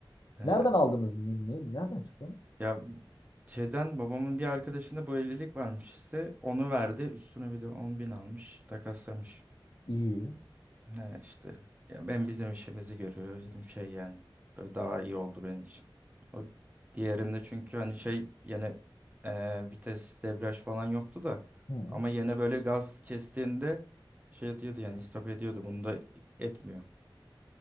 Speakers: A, on the right; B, on the left.
A: He.
B: Nereden aldınız? Ne, ne- nereden çıktı?
A: Ya şeyden babamın bir arkadaşında bu evlilik varmış işte onu verdi üstüne bir de on bin almış takaslamış.
B: İyi.
A: Ne işte. Ya ben bizim işimizi görüyor. Bizim şey yani. Böyle daha iyi oldu benim için. O diğerinde çünkü hani şey yani e, vites debriyaj falan yoktu da
B: Hı,
A: ama yine böyle gaz kestiğinde şey diyordu yani istop ediyordu. Bunda etmiyor.